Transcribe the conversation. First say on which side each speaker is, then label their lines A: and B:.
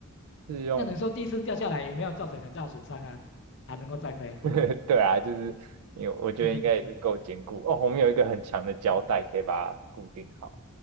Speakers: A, on the right; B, on the left.
A: 是用。
B: 那你说第一次掉下来也没有造成很大的损伤啊，还能够再飞
A: <laughs> 对啊，就是因为我觉得应该也是够坚固哦。
B: ？OK，嗯
A: 我们有一个很强的胶带可以把它固定好。
B: 嗯，